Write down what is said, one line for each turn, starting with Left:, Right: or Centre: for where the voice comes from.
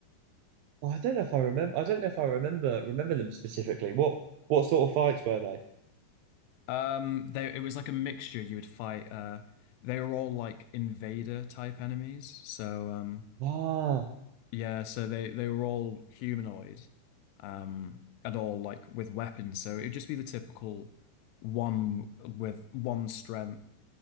Right: Oh, I don't know if I remember I don't know if I remember remember them specifically. What what sort of fights were they?
Left: Um, they it was like a mixture. You would fight. Uh, they were all like invader type enemies. So um,
Right: Ah,
Left: yeah. So they they were all humanoid, um, and all like with weapons. So it'd just be the typical one with one strength,